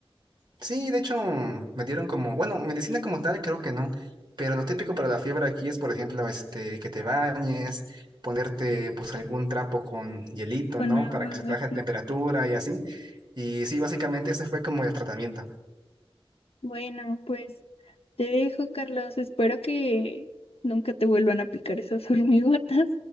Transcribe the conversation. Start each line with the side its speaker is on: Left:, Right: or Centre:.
Right: Sí, de hecho, me dieron como, bueno, medicina como tal, creo que no, pero lo típico para la fiebre aquí es, por ejemplo, este, que te bañes, ponerte pues algún trapo con hielito,
Left: con
Right: ¿no?
Left: agua
Right: Para que se
Left: o
Right: traje
Left: así.
Right: temperatura y así. Y sí, básicamente ese fue como el tratamiento.
Left: Bueno, pues Te dejo, Carlos. Espero que nunca te vuelvan a picar esas <laughs> hormigotas